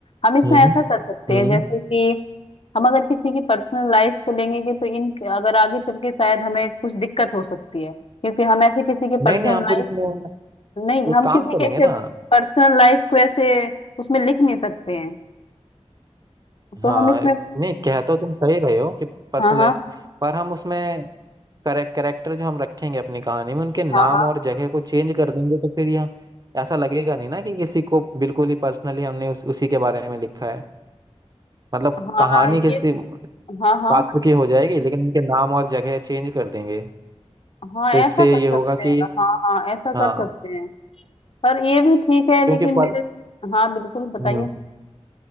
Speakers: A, on the left (about 55°); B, on the right (about 35°).
A: हम इसमें
B: हम्म
A: ऐसा कर सकते
B: हम्म
A: हैं जैसे कि हम अगर किसी की पर्सनल लाइफ को लेंगे कि तो इन अगर आगे चल के शायद हमें कुछ दिक्कत हो सकती है क्योंकि हम ऐसे किसी के
B: नहीं
A: पर्सनल
B: नहीं हम
A: लाइफ
B: फिर इसमें
A: नहीं
B: एक
A: हम
B: काम
A: किसी
B: करेंगे
A: के ऐसे
B: ना
A: पर्सनल लाइफ को ऐसे उसमें लिख नहीं सकते हैं तो
B: हाँ
A: हम इसमें
B: एक- नहीं कहते हो तुम सही रहे हो कि पर्सनल
A: हाँ हाँ
B: लाइफ पर हम उसमें करेक्ट करेक्टर जो हम रखेंगे अपनी कहानी में उनके नाम
A: हाँ
B: और जगह को चेंज कर देंगे तो फिर यहाँ ऐसा लगेगा नहीं ना कि किसी को बिल्कुल ही पर्सनली हमने उस, उसी के बारे में लिखा है मतलब
A: हाँ
B: कहानी
A: हाँ
B: किसी
A: ये हाँ हाँ
B: पात्र की हो जाएगी लेकिन उनके नाम और जगह चेंज कर देंगे
A: हाँ
B: तो
A: ऐसा
B: इससे
A: कर
B: ये होगा
A: सकते हैं
B: कि
A: हाँ हाँ ऐसा
B: हाँ
A: कर सकते हैं पर ये भी ठीक है
B: क्योंकि
A: लेकिन मेरे
B: पर
A: हाँ बिल्कुल बताइए
B: हम्म,